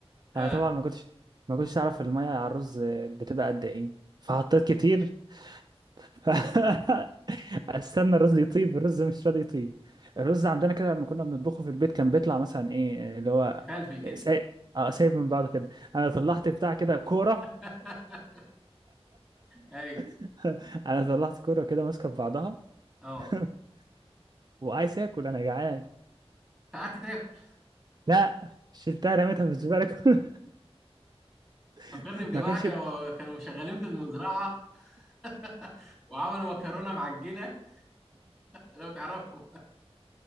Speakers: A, in the centre; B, on the right.
A: اه
B: انا طبعا ما كنتش ما كنتش اعرف الميه على الرز بتبقى قد ايه فحطيت كتير <laughs> استنى الرز يطيب الرز مش راضي يطيب الرز عندنا كده لما كنا بنطبخه في البيت كان بيطلع مثلا ايه اللي هو
A: فلفل كده
B: سايب اه سايب من بعضه كده انا طلعت بتاع كده كوره
A: <laughs> ايوه
B: <laughs> انا طلعت كوره كده ماسكه في بعضها <laughs>
A: اه
B: وعايز اكل انا جعان
A: فقعدت تاكل
B: لا شلتها رميتها في الزباله كلها.
A: فكرني
B: <laughs>
A: بجماعه
B: ما كانش
A: كانوا
B: <laughs>
A: كانوا شغالين في المزرعه <laughs> وعملوا مكرونه معجنه لو تعرفهم